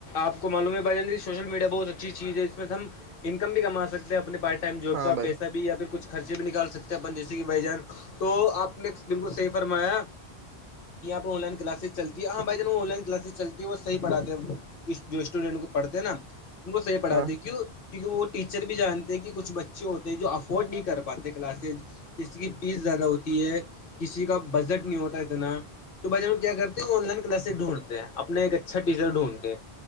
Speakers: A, on the left; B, on the right.
A: آپ کو معلوم ہے بھائی جان سوشل میڈیا بہت اچھی چیز ہے اس میں سے ہم انکم بھی کما سکتے ہیں اپنے پارٹ ٹائم جاب
B: ہاں
A: کا
B: بھائی
A: پیسہ بھی یا پھر کچھ خرچے بھی نکال سک ہیں اپن جیسے کہ بھائی جان تو آپ نے بالکل صحیح فرمایا یہاں پہ آن لائن کلاسز چلتی ہے ہاں بائی جان وہ آن لائن کلاسز چلتی ہے وہ صح پڑھاتے ہیں جو اسٹوڈنٹ کو پڑھتے ہیں نا ان کو صحیح پڑھاتے
B: ہاں
A: کیوں کیونکہ وہ ٹیچر بھی جانتے ہیں کہ کچھ بچے ہوتے جو ا افورڈ نہیں کر پاتے کلاسز جس کی فیس زیادہ ہوتی ہے کسی کا بجٹ نہیں ہوتا اتنا تو بھ کیا کرتے ہیں آن لائن کلاس ڈھونڈتے ہیں اپنا ایک اچھا ٹیچر ڈھونڈھتے